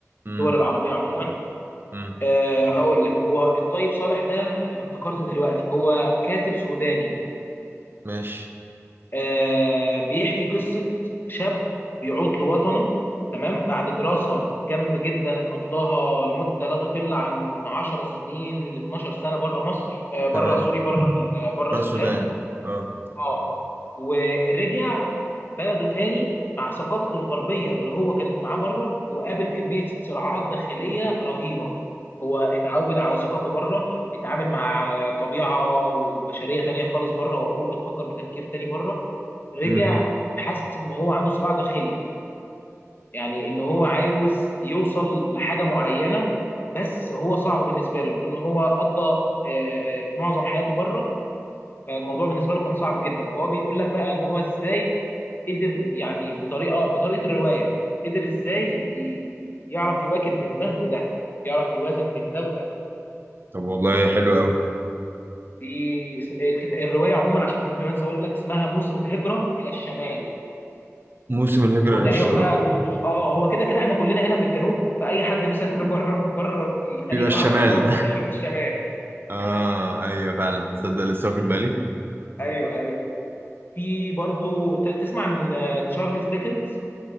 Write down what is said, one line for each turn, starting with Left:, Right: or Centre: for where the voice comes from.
Right: امم
Left: الدول العربيه عموما
Right: امم
Left: آه، هقول لك هو الطيب صالح ده انا افتكرت دلوقتي هو كاتب سوداني
Right: ماشي
Left: آه بيحكي قصة شاب بيعود لوطنه تمام بعد دراسة جامدة جدا قضاها لمدة لا تقل عن 10 سنين ل 12 سنة بره مصر آه بره
Right: تمام
Left: سوري بره ال- بره
Right: بارسودان
Left: السودان
Right: اه
Left: اه ورجع بلده تاني مع ثقافته الغربية اللي هو كانت معاه بره وقابل كمية صراعات داخلية رهيبة هو اتعود على ثقافة بره اتعامل مع طبيعة وبشرية تانية خالص بره وعقول بتفكر بتفكير تاني بره رجع
Right: امم
Left: حس ان هو عنده صراع داخلي يعني ان هو عاوز يوصل لحاجه معينه بس هو صعب بالنسبه له لان هو قضى آه، معظم حياته بره فالموضوع بالنسبه له كان صعب جدا فهو بيقول لك بقى ان هو ازاي قدر يعني بطريقه بطريقه الروايه قدر ازاي ي- يعرف يواكب بين ده وده يعرف يوازن بين ده وده
Right: طب والله حلو قوي
Left: دي اس- الكت- الروايه عموما عشان قبل ما انسى اقول لك اسمها موسم الهجره الى الشمال
Right: موسم الهجرة
Left: هو تقريبا
Right: للشمال
Left: بقى اه هو كده كده احنا كلنا هنا في الجنوب فاي حد مسافر <laughs> بره بره الخليج
Right: بيبقى الشمال
Left: العربي عموما مسافر
Right: <laughs>
Left: الشمال
Right: اه ايوه فعلا تصدق لسه واخد بالي
Left: ايوه ايوه في برضو ت- تسمع عن آه، تشارلز ديكنز